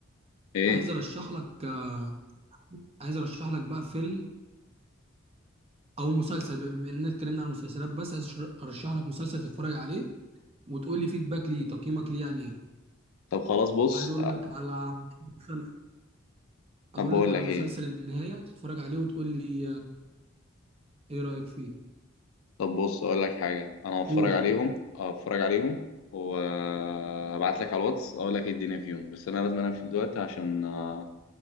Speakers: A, on the left; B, on the right.
A: ايه
B: عايز ارشح لك آه، عايز ارشح لك بقى فيلم او مسلسل بما اننا اتكلمنا عن المسلسلات بس عايز أشر- ارشح لك مسلسل تتفرج عليه وتقول لي فيدباك ليه تقييمك ليه يعني ايه
A: طب خلاص بص
B: عايز اقول
A: أه،
B: لك على مسلسل
A: طب
B: اقول
A: بقول
B: لك على
A: لك
B: مسلسل
A: ايه
B: النهاية تتفرج عليه وتقول لي آه، ايه رأيك فيه
A: طب بص اقول لك حاجه انا هتفرج
B: قول
A: عليهم هتفرج عليهم وابعت لك على الواتس اقول لك ايه الدنيا فيهم بس انا لازم انام دلوقتي عشان آه،